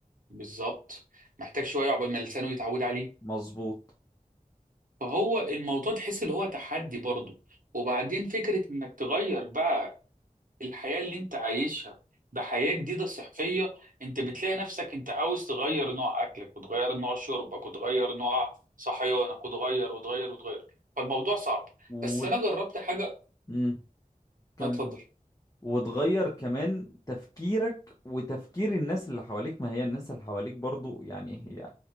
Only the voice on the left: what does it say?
مظبوط
و
امم كم
وتغير كمان تفكيرك وتفكير الناس اللي حواليك ما هي الناس اللي حواليك برضو يعني هي